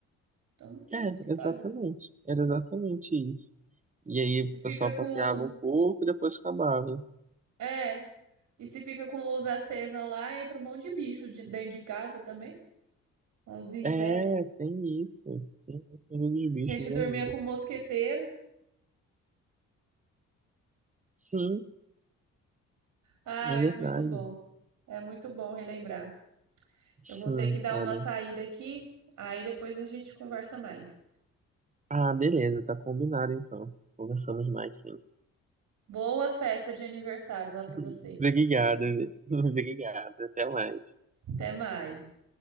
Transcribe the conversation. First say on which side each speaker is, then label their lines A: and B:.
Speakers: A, on the right; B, on the right.
A: Então, não tinha
B: É,
A: muito o que
B: exatamente.
A: fazer.
B: Era exatamente isso. E aí
A: E
B: o
A: se fica
B: pessoal
A: com.
B: papeava um pouco e depois acabava.
A: É, e se fica com luz acesa lá, entra um monte de bicho de- dentro de casa também, os insetos.
B: É, tem isso. Tem o Senhor dos Bichos
A: A gente dormia
B: ainda.
A: com o mosqueteiro.
B: Sim,
A: Ah,
B: é
A: mas
B: verdade.
A: muito bom. É muito bom relembrar.
B: Sim,
A: Eu vou ter que dar
B: cara.
A: uma saída aqui, aí depois a gente conversa mais.
B: Ah, beleza, tá combinado então. Conversamos mais, sim.
A: Boa festa de aniversário lá
B: <laughs>
A: para você.
B: Obrigado, <laughs> obrigado. Até mais.
A: Até mais.